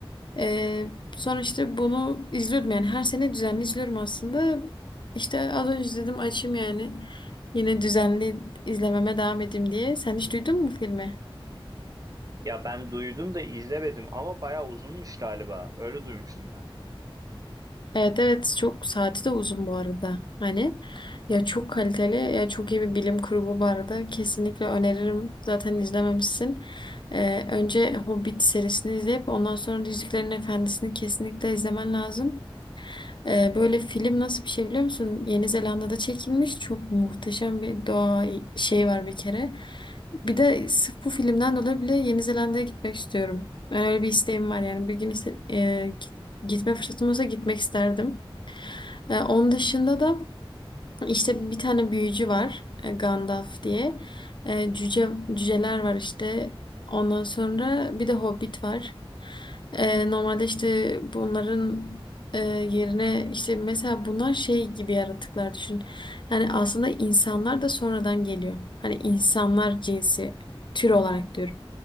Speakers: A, on the left; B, on the right.
A: Ee, sonra işte bunu izliyordum yani her sene düzenli izliyorum aslında. İşte az önce dedim açayım yani. Yine düzenli izlememe devam edeyim diye. Sen hiç duydun mu filmi?
B: Ya ben duydum da izlemedim ama bayağı uzunmuş galiba. Öyle duymuştum ben.
A: Evet evet çok saati de uzun bu arada. Hani ya çok kaliteli ya çok iyi bir bilim kurgu bu arada. Kesinlikle öneririm. Zaten izlememişsin. Ee, önce Hobbit serisini izleyip ondan sonra Yüzüklerin Efendisi'ni kesinlikle izlemen lazım. Ee, böyle film nasıl bir şey biliyor musun? Yeni Zelanda'da çekilmiş. Çok muhteşem bir doğa şey var bir kere. Bir de sırf bu filmden dolayı bile Yeni Zelanda'ya gitmek istiyorum. Ben öyle bir isteğim var yani. Bir gün ise- e, git- gitme fırsatım olsa gitmek isterdim. E, onun dışında da işte bir tane büyücü var e, Gandalf diye. E, cüce cüceler var işte. Ondan sonra bir de Hobbit var. E, normalde işte bunların e, yerine işte mesela bunlar şey gibi yaratıklar düşün. Yani aslında insanlar da sonradan geliyor. Hani insanlar cinsi tür olarak diyorum.